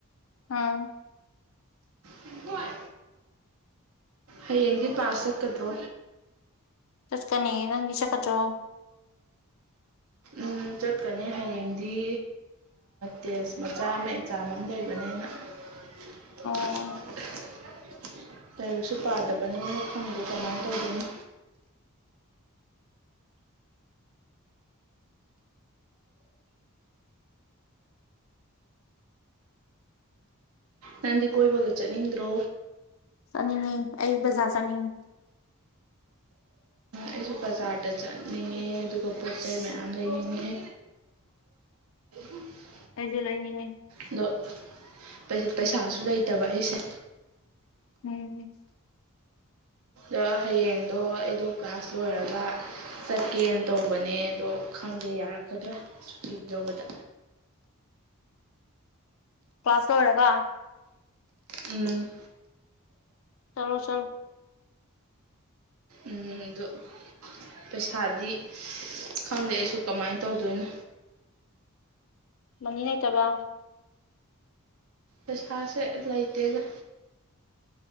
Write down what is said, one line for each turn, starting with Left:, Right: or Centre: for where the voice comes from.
Left: ꯍꯥꯝ
Right: ꯂꯤꯟꯊꯣꯏ ꯍꯌꯦꯡꯗꯤ ꯀ꯭ꯂꯥꯁ ꯆꯠꯀꯗ꯭ꯔꯣ
Left: ꯆꯠꯀꯅꯤ ꯅꯪꯒꯤ ꯆ ꯈꯠꯇ꯭ꯔꯣ
Right: ꯎ ꯆꯠꯀꯅꯤ ꯍꯌꯦꯡꯗꯤ ꯇꯦꯁ ꯃꯆꯥ ꯑꯃ ꯑꯦꯛꯖꯥꯝ ꯑꯃ ꯂꯩꯕꯅꯤꯅ <unintelligible>
Left: ꯎꯝ
Right: ꯂꯥꯏꯔꯤꯛꯁꯨ ꯄꯥꯗꯕꯅꯦꯅ ꯈꯪꯗꯦ ꯀꯃꯥꯏꯅ ꯇꯧꯗꯣꯏꯅ ꯅꯪꯗꯤ ꯀꯣꯏꯕꯒ ꯆꯠꯅꯤꯡꯗ꯭ꯔꯣ
Left: ꯆꯠꯅꯤꯡꯉ ꯑꯩ ꯕꯖꯥꯔ ꯆꯠꯅꯤꯡꯉꯤ
Right: ꯑꯩꯁꯨ ꯕꯖꯥꯔꯗ ꯆꯠꯅꯤꯡꯉꯦ ꯑꯗꯨꯒ ꯄꯣꯠ ꯆꯩꯩ ꯃꯌꯥꯝ ꯂꯩꯅꯤꯡꯉꯦ <unintelligible>
Left: ꯑꯩꯁꯨ ꯂꯩꯅꯤꯡꯉꯦ
Right: ꯑꯗꯣ ꯄꯩ ꯄꯩꯁꯥꯁꯨ ꯂꯩꯇꯕ ꯑꯩꯁꯦ
Left: ꯎꯝ
Right: ꯑꯗꯣ ꯍꯌꯦꯡꯗꯣ ꯑꯩꯗꯣ ꯀ꯭ꯂꯥꯁ ꯂꯣꯏꯔꯒ ꯆꯠꯀꯦꯅ ꯇꯧꯕꯅꯦ ꯑꯗꯣ ꯈꯪꯗꯦ ꯌꯥꯔꯛꯀꯗ꯭ꯔꯥ ꯁꯨꯇꯤ ꯂꯧꯕꯗ
Left: ꯀ꯭ꯂꯥꯁ ꯂꯣꯏꯔꯒ
Right: ꯎꯝ
Left: ꯆꯠꯂꯣ ꯆꯂꯣ
Right: ꯎꯝ ꯑꯗꯨ ꯄꯩꯁꯥꯗꯤ ꯈꯪꯗꯦ ꯑꯩꯁꯨ ꯀꯃꯥꯏꯅ ꯇꯧꯗꯣꯏꯅꯣ
Left: ꯃꯅꯤ ꯂꯩꯇꯕ
Right: ꯄꯩꯁꯥꯁꯦ ꯂꯩꯇꯦꯗ